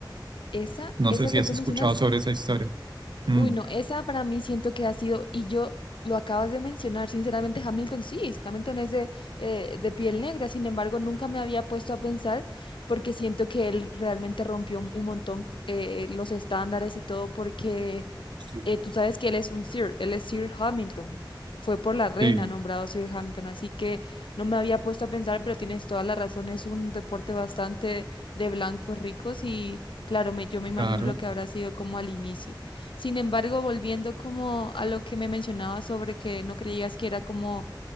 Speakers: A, on the left; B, on the right.
A: Esa,
B: No
A: esa
B: sé si
A: que
B: has
A: tú
B: escuchado
A: mencionas
B: sobre esa historia. Mm.
A: Uy, no, esa para mí siento que ha sido, y yo lo acabas de mencionar, sinceramente, Hamilton sí, es- Hamilton es de, eh, de piel negra, sin embargo, nunca me había puesto a pensar porque siento que él realmente rompió un un montón co- eh, los estándares y todo porque
B: Sí,
A: eh, tú sabes que él es un Sir, él es Sir Hamilton. Fue por la reina
B: sí,
A: nombrado Sir Hamilton, así que no me había puesto a pensar, pero tienes toda la razón, es un deporte bastante de blancos ricos y claro, me, yo me imagino
B: claro.
A: lo que habrá sido como al inicio. Sin embargo, volviendo como a lo que me mencionabas sobre que no creías que era como